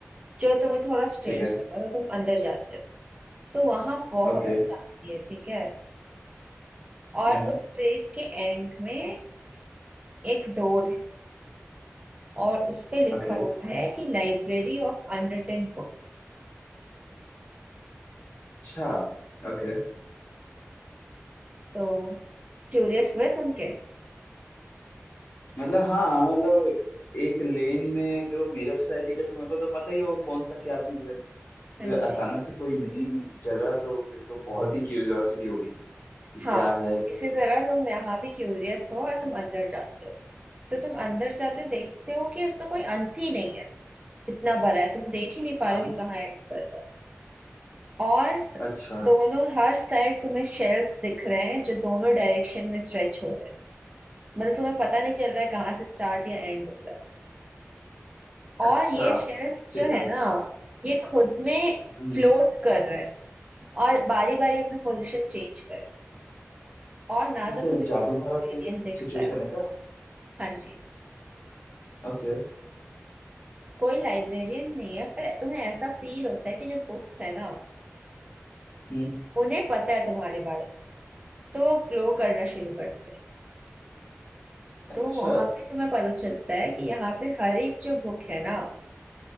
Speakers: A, on the right (about 20°); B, on the left (about 50°).
A: जो तुम्हें थोड़ा स्ट्रेंज
B: ठीक है
A: लगा तो तुम अंदर जाते हो तो वहां बहुत
B: ओके
A: शांति है ठीक है और
B: हम्म
A: उस स्ट्रीट के एंड में एक डोर है और उस पे लिखा
B: ओके
A: हुआ है कि लाइब्रेरी ऑफ अनरिटन बुक्स
B: अच्छा ओके
A: तो क्यूरियस हुए सुन के
B: मतलब हाँ मतलब एक लेन में जो मेरा सोसाइटी का तुम्हें को तो पता ही हो कौन सा क्या चीज़ है तो
A: हाँ जी
B: अचानक से कोई नई जगह तो फिर तो बहुत ही क्यूरियोसिटी होगी कि
A: हाँ
B: क्या है
A: तो
B: कैसे
A: इसी तरह
B: है
A: तुम यहाँ भी क्यूरियस हो और तुम अंदर जाते हो तो तुम अंदर जाते देखते हो कि उसका कोई अंत ही नहीं है इतना बड़ा है तुम देख ही नहीं पा रहे
B: हाँ,
A: हो कि कहाँ एंड कर रहा है और स-
B: अच्छा
A: दोनों हर साइड तुम्हें शेल्व्स दिख रहे हैं जो दोनों डायरेक्शन में स्ट्रेच हो रहे हैं मतलब तुम्हें पता नहीं चल रहा है कहाँ से स्टार्ट या एंड हो रहा है और
B: अच्छा
A: ये शेल्व्स
B: ठीक
A: जो
B: है
A: है ना ये खुद में
B: हम्म
A: फ्लोट कर रहे हैं और बारी बारी अपना पोजीशन चेंज कर रहे हैं और ना
B: ठीक
A: तो
B: है
A: तुम्हें कोई
B: जादू
A: लाइब्रेरियन
B: भरा से
A: दिखता
B: सिचुएशन
A: है
B: है क्या
A: हाँ जी
B: ओके
A: कोई लाइब्रेरियन नहीं है पर तुम्हें ऐसा फील होता है कि जो बुक्स है ना
B: हम्म
A: उन्हें पता है तुम्हारे बारे में तो वो ग्लो करना शुरू करते हैं
B: अच्छा
A: तो वहां पे तुम्हें पता चलता है कि यहाँ पे हर एक जो बुक है ना